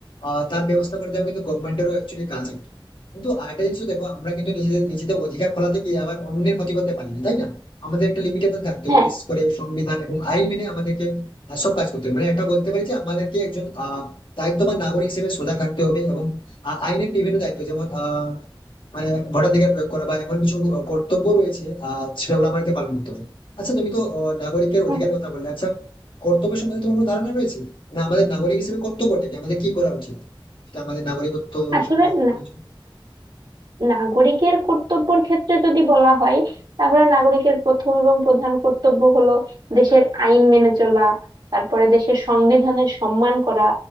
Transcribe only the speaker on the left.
আহ, তার ব্যবস্থা করে দেওয়া কিন্তু গভর্নমেন্টেরও অ্যাকচুয়ালি কাজ একটা কিন্তু আরেকটা জিনিস দেখো আমরা কিন্তু নিজেদের নিজেদের অধিকার ফলাতে গিয়ে আবার অন্যের ক্ষতি করতে পারি না তাই না আমাদের একটা লিমিটেবল থাকতে হবে
বিশেষ করে সংবিধান এবং আইন মেনে আমাদেরকে আহ, সব কাজ করতে হবে মানে একটা বলতে পারি যে আমাদেরকে একজন আহ দায়িত্ববান নাগরিক হিসেবে সোজা থাকতে হবে এবং আ- আইনের বিভিন্ন দায়িত্ব যেমন আহ মানে ভোটাধিকার প্রয়োগ করা বা এমন কিছু কর্তব্য রয়েছে আহ সেগুলো আমাদেরকে পালন করতে হবে আচ্ছা তুমি তো আহ, নাগরিকের
অধিকার কথা বললে আচ্ছা কর্তব্য সম্বন্ধে তোমার কোনো ধারণা রয়েছে না আমাদের নাগরিক হিসেবে কর্তব্যটা কি আমাদের কি করা উচিত সেটা আমাদের নাগরিকত্ব
জন্য প্রয়োজন